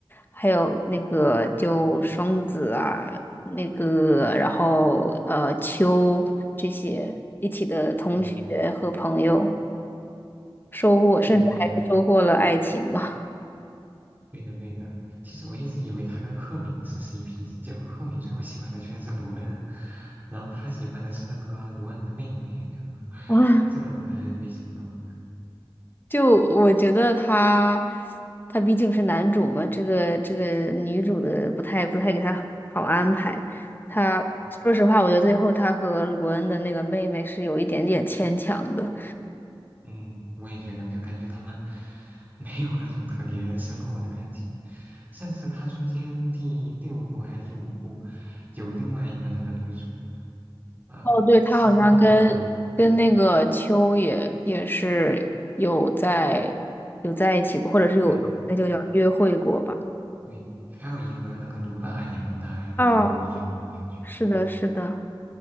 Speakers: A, on the left; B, on the right.
A: 还有那个就双子啊，那个然后呃秋这些一起的同学和朋友，
B: 对，
A: 收获甚至还收获了爱情嘛。
B: 对的，对的，对的，对的。其实我一直以为他跟赫敏是 CP，结果赫敏最后喜欢的居然是罗恩，然后他喜欢的是那个罗恩的妹妹，<laughs>
A: <laughs> 啊。
B: 这个我还没想到。
A: 就我觉得他，他毕竟是男主嘛，这个这个女主的不太不太给他好安排。他说实话，
B: 对
A: 我觉得最后他和鲁恩的那个妹妹是有一点点牵强的。
B: 嗯，我也觉得，就感觉他们 <laughs> 没有那种特别深厚的感情，甚至他中间第六部还第五部有另外一个那个女主，呃，
A: 哦，对，他好像跟跟那个秋也也是有在有在一起过，
B: 亲过他的那个，嗯
A: 或者是有那就叫约会过吧。
B: 对。对对，还有一个那个卢娜也跟他有有一点那个感觉，
A: 哦，是的，
B: 对，
A: 是的，